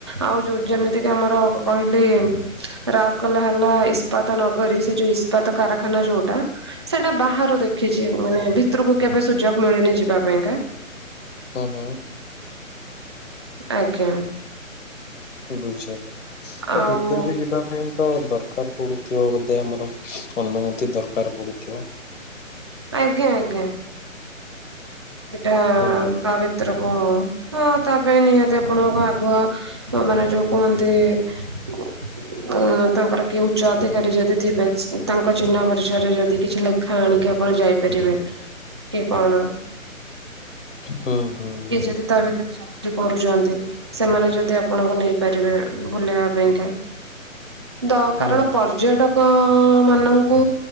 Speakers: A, on the right (about 20°); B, on the left (about 60°).
A: ଆଉ ଯୋଉ ଯେମିତି କି ଆମର କ-କହିଲି ରାଉର କେଲା ହେଲା ଇସ ପତା ନ କରି ସେ ଯୋ କାରଖାନା ଯୋଉଟା ସେଇଟା ବାହାରୁ ଦେଖିଛି ମାନେ ଭିତରକୁ କେବେ ସୁଯୋଗ ମରନେ ଯିବା ପାଇଁକାା
B: ଓହୋ
A: ଆଜ୍ଞା
B: ବୁଝିଲେ ତା
A: ଆଉ
B: ଭିତରକୁ ଯ ପାଇଁ ତ ଦରକାର ପଡୁଥିବ ବୋଧେ ଆମର ଅନୁମତି ଦରକାର ପଡୁଥିବ
A: ଆଜ୍ଞା ଆଜ୍ଞା ସେଇଟା
B: ହୁଁ
A: ତାବ ୍ର କଣ ହଁ ତା ପାଇଁ ନିହାତି ଆପଣଙ୍କ ଆଗୁଆ ମାନେ ଯୋଉ କୁହନ୍ତି <inaudible> ଉ ତାଙ୍କର କି ଉଚ୍ଚ ଅଧିକାରୀ ଯଦି ଥିବେ ତାଙ୍କ ଚିହ୍ନ ପରିଚୟ ରେ ଯଦି କିଛି ଲ ପାଖା ଆଣିକି ଆପଣ ଯାଇପାରିବେ କି କଣ
B: ହୁଁ ହୁଁ ହୁଁ
A: ଏ ଯଦି ତା ଭିତରେ ଚାକିରି କରୁଛନ୍ତି ସେମାନେ ଯଦି ଆପଣଙ୍କୁ ନେଇପାରିବେ ବୁଲେଇବା ପାଇଁକା। ଦ
B: ହୁଁ
A: କାରଣ ପର୍ଯ୍ୟଟକମାନଙ୍କୁ